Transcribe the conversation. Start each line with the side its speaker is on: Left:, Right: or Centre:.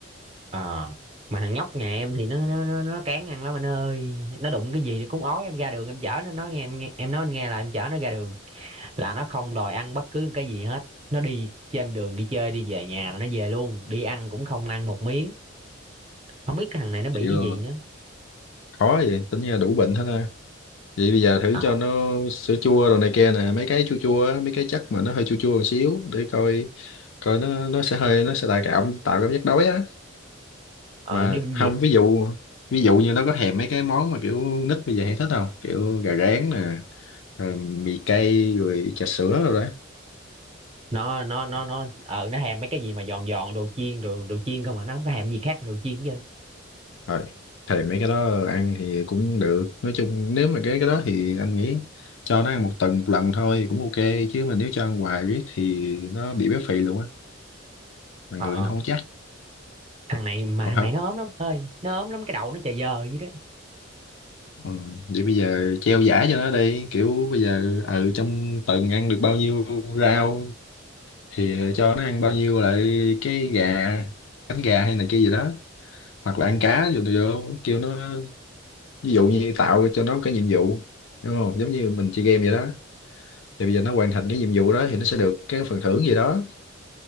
Right: ờ mà thằng nhóc nhà em thì nó nó nó nó cán ăn lắm anh ơi nó đụng cái gì cũng ói em ra đường em chở nó nói nghe em nghe em nói anh nghe là em chở nó ra đường là nó không đòi ăn bất cứ một cái gì hết nó đi trên đường đi chơi đi về nhà là nó về luôn đi ăn cũng không ăn một miếng không biết cái thằng này nó bị
Left: vậy là
Right: cái gì nữa
Left: khó vậy tính ra đủ bệnh hết ha vậy bây giờ thử
Right: ờ,
Left: cho nó sữa chua đồ này kia nè mấy cái chua chua á, mấy cái chất mà nó hơi chua chua một xíu để coi coi nó nó sẽ hơi nó sẽ tạo cảm tạo cảm giác đói á
Right: ờ,
Left: mà
Right: đi bệnh
Left: không
Right: viện
Left: ví dụ ví dụ như nó có thèm mấy cái món mà kiểu nít bây giờ hay thích không kiểu gà rán nè rồi mì cay rồi trà sữa rồi đấy
Right: nó nó nó nó ờ nó thèm mấy cái gì mà giòn giòn đồ chiên đồ đồ chiên không mà nó không có thèm gì khác mà đồ chiên chứ
Left: rồi thèm mấy cái đó ăn thì cũng được nói chung nếu mà cái cái đó thì anh nghĩ cho nó ăn một tuần một lần thôi cũng ok chứ mà nếu cho ăn hoài riết thì nó bị béo phì luôn á mà
Right: ờ
Left: người
Right: ờ,
Left: nó không có chắc
Right: thằng này mà
Left: còn
Right: thằng
Left: không
Right: này nó ốm lắm anh ơi nó ốm lắm cái đầu nó chà giờ vậy đó
Left: ừ. vậy bây giờ treo giải cho nó đi kiểu bây giờ ừ trong tuần ăn được bao nhiêu rau thì ờ, cho nó ăn bao nhiêu lại cái gà cánh gà hay này kia gì đó hoặc là ăn cá vô vô kêu nó ví dụ như tạo cho nó cái nhiệm vụ đúng không giống như mình chơi game vậy đó thì bây giờ nó hoàn thành cái nhiệm vụ đó thì nó sẽ được cái phần thưởng gì đó